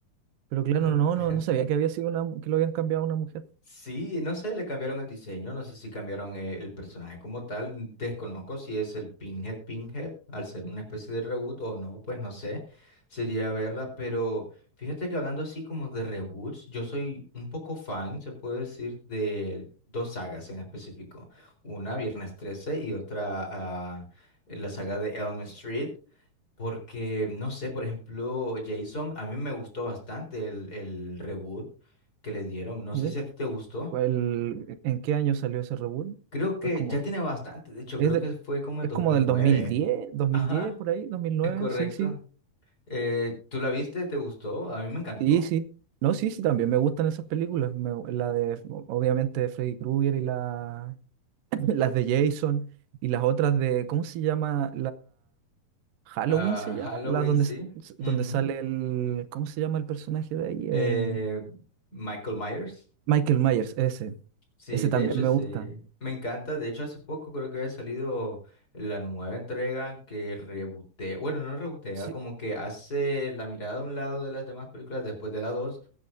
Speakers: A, on the right; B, on the left.
A: pero claro,
B: No.
A: no,
B: <laughs>
A: no, no sabía que había sido una, que lo habían cambiado a una mujer.
B: Sí, no sé, le cambiaron el diseño, no sé si cambiaron eh, el personaje como tal, desconozco si es el Pinhead Pinhead, al ser una especie de reboot o no, pues no sé, sería verla, pero fíjate que hablando así como de reboots, yo soy un poco fan, se puede decir, de dos sagas en específico, una Viernes 13 y otra ah, la saga de Elm Street. Porque, no sé, por ejemplo, Jason, a mí me gustó bastante el, el reboot que le dieron. No
A: ¿Y
B: sé si a ti te gustó.
A: cuál- en qué año salió ese reboot?
B: Creo que
A: Pues como,
B: ya tiene bastante, de hecho,
A: es
B: creo
A: de-
B: que fue como en
A: es
B: dos
A: como
B: mil
A: del
B: nueve.
A: dos dos mil diez dos mil
B: Ajá,
A: diez por ahí, dos mil nueve
B: es correcto.
A: sí, sí,
B: Eh, ¿tú la viste? ¿Te gustó? A mí me encantó.
A: sí, sí. No, sí, sí, también me gustan esas películas, me- la de, obviamente, de Freddy Krueger y la, <laughs> las de Jason y las otras de, ¿cómo se llama? Halloween
B: Ah,
A: se llama,
B: Halloween,
A: la donde,
B: sí.
A: s-
B: Ujú.
A: donde sale el, ¿cómo se llama el personaje de ahí?
B: Eh,
A: Em,
B: Michael Myers.
A: Michael Myers, ese.
B: Sí,
A: Ese
B: de
A: también
B: hecho
A: me
B: sí,
A: gusta.
B: me encanta, de hecho hace poco creo que había salido la nueva entrega que rebotea, bueno, no rebotea,
A: Sí,
B: como que hace la mirada a un lado de las demás películas después de la 2